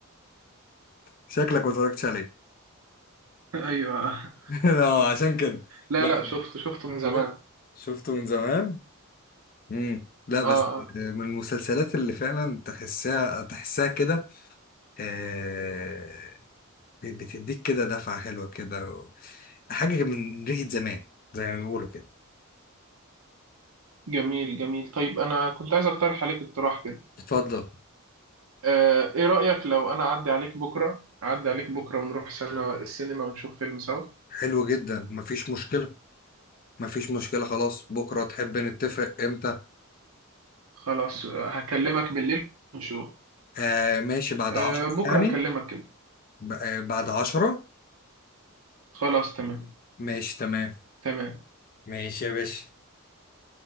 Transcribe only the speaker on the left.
<laughs> شكلك ما اتفرجتش عليه
<laughs> اه عشان كده
لا
شفت شفته من زمان امم لا بس
من المسلسلات اللي فعلا تحسها تحسها كده آه، بتديك كده دفعه حلوه كده حاجه من ريحه زمان زي ما بيقولوا كده
اتفضل
حلو جدا مفيش مشكله مفيش مشكله خلاص بكره تحب نتفق امتى
آه ماشي بعد
عشرة
يعني
ب- آه بعد عشرة
ماشي تمام
ماشي يا باشا